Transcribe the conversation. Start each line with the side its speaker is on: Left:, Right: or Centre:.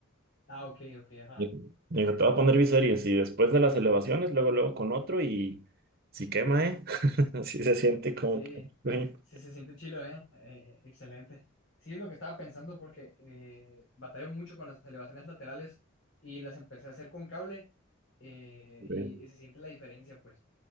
Left: ah, ok, ok, ajá.
Right: Me dijo, te voy a poner biseries y después de las elevaciones, luego luego con otro y si quema, ¿eh? <laughs> Así se siente como
Left: Sí,
Right: que... güey.
Left: sí se siente chilo, ¿eh? Eh, excelente. Sí, es lo que estaba pensando porque eh, batallo mucho con las elevaciones laterales y las empecé a hacer con cable eh,
Right: Güey.
Left: y, y se siente la diferencia, pues,